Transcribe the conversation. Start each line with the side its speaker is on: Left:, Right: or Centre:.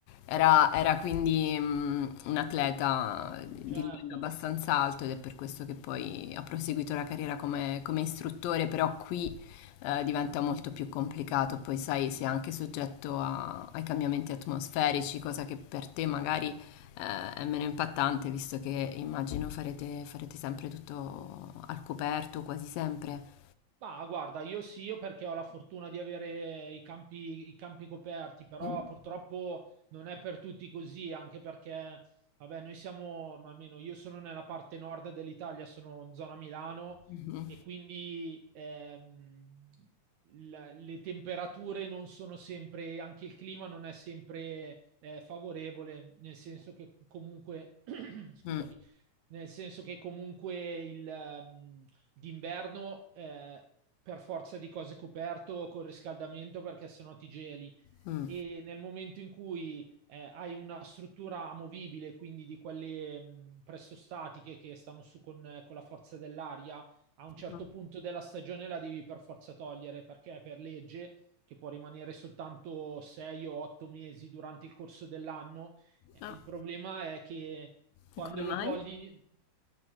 Left: Era, era quindi mm, un atleta di
Right: Certo.
Left: livello abbastanza alto ed è per questo che poi ha proseguito la carriera come, come istruttore, però qui eh, diventa molto più complicato, poi sai, sei anche soggetto a- ai cambiamenti atmosferici, cosa che per te magari eh, è meno impattante, visto che immagino farete, farete sempre tutto al coperto, quasi sempre.
Right: Bah, guarda, io sì, io perché ho la fortuna di avere i campi, i campi coperti, però
Left: Mh.
Right: purtroppo non è per tutti così, anche perché, vabbè, noi siamo, ma almeno io sono nella parte nord dell'Italia, sono in zona Milano
Left: Mh-mh.
Right: e quindi ehm, la- le temperature non sono sempre, anche il clima non è sempre eh, favorevole, nel senso che comunque, <clears throat> scusami
Left: Mh.
Right: nel senso che comunque il, ehm, d'inverno eh, per forza di cose coperto col riscaldamento perché sennò ti geli
Left: Mh.
Right: e nel momento in cui eh, hai una struttura amovibile, quindi di quelle mh, presto statiche che stanno su con, con la forza dell'aria, a un certo
Left: Mh.
Right: punto della stagione la devi per forza togliere perché per legge che può rimanere soltanto 6 o 8 mesi durante il corso dell'anno. Eh,
Left: Ah,
Right: Il problema è che quando
Left: e come
Right: lo
Left: mai?
Right: togli